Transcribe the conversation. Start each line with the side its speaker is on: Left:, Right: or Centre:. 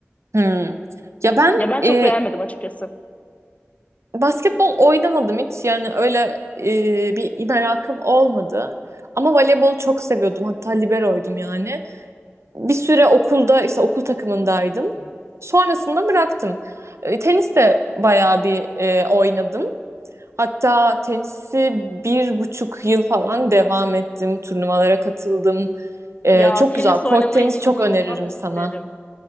Right: Hmm. Ya ben
Left: Ya ben çok
Right: e,
Left: beğenmedim açıkçası.
Right: basketbol oynamadım hiç. Yani öyle e, bir merakım olmadı. Ama voleybolu çok seviyordum. Hatta liberoydum yani. Bir süre okulda işte okul takımındaydım. Sonrasında bıraktım. E, tenis de bayağı bir e, oynadım. Hatta tenisi bir buçuk yıl falan devam ettim. Turnuvalara katıldım. Ee,
Left: Ya
Right: çok
Left: tenis
Right: güzel. Kort
Left: oynamayı
Right: tenis
Left: inanılmaz
Right: çok öneririm
Left: isterim.
Right: sana.